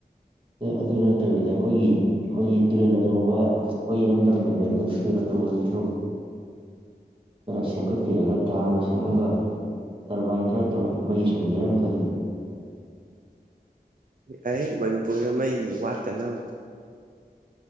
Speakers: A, on the right; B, on the right.
A: ꯑꯗꯨ ꯅꯠꯇꯕꯤꯗ ꯑꯩꯈꯣꯏꯒꯤ ꯑꯩꯈꯣꯏꯒꯤ ꯇꯨꯔꯦꯜ ꯑꯆꯧꯕ ꯑꯩꯈꯣꯏ ꯏꯔꯝꯗꯝꯒꯤ ꯂꯩꯔꯤꯕ ꯐꯤꯔꯦ ꯑꯆꯧꯕꯁꯤꯁꯨ ꯈꯔ ꯁꯦꯝꯒꯠꯄꯤꯔꯒ ꯗꯥꯝꯒ ꯁꯦꯝꯃꯒ ꯇꯔꯕꯥꯏꯟ ꯈꯔ ꯇꯧꯔ ꯃꯩ ꯁꯨꯡꯖꯔꯦꯅ ꯈꯜꯂꯤ
B: ꯑꯩ ꯃꯅꯤꯄꯨꯔꯗ ꯃꯩ ꯋꯥꯠꯇꯅꯕ